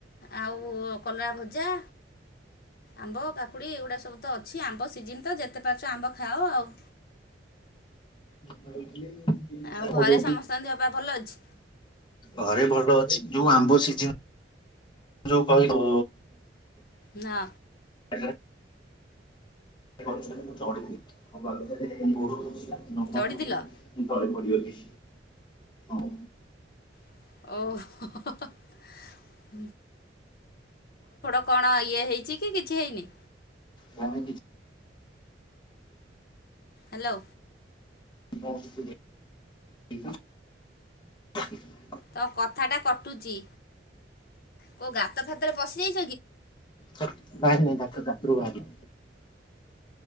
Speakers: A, on the left; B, on the left.
A: ଆଉ କଲରା ଭଜା ଆମ୍ବ କାକୁଡ଼ି ଏଗୁଡ଼ା ସବୁ ତ ଅଛି ଆମ୍ବ ସିଜିିନ ତ ଯେତେ ପାରୁଛ ଆମ୍ବ ଖାଅ ଆଉ।
B: ଭାଇ
A: ଆଉ ଘରେ
B: ମୁ ଯଉଠି
A: ସମସ୍ତଙ୍କ ଦେହ ପା ଭଲ ଅଛି
B: ଘରେ ଭଲ ଅଛି। ଯୋଉ ଆମ୍ବ ସିଜିନ। ଯୋଉ କହିବୁ
A: ନା।
B: <unintelligible> ଗୋଟେ ଗଛରେ ମୁଁ ଚଢିଥିଲି <unintelligible> ଗୋଡ଼ ଖସିଗଲା। ନଙ୍ଗାପୁରା।
A: ଚଢ଼ିଥିଲ
B: ତଳେ ପଡ଼ିଗଲି ହଁ।
A: ଓଫ୍। କଣ ଇଏ ହେଇଛି କି କିଛି ହେଇନି?
B: ନା ନା କିଛି
A: ହାଲୋ।
B: ବହୁତ <unintelligible>
A: ତ କଥା ଟା କଟୁଚ କୋଉ ଗାତ ଫାତ ଭିତରେ ପଶିଯାଇଚୁ
B: କାଇ ନାଇଁ ତା ତାତୁ ଭାଗ